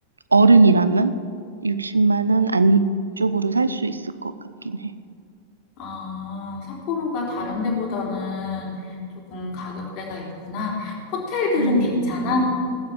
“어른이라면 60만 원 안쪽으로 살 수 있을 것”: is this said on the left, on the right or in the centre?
Right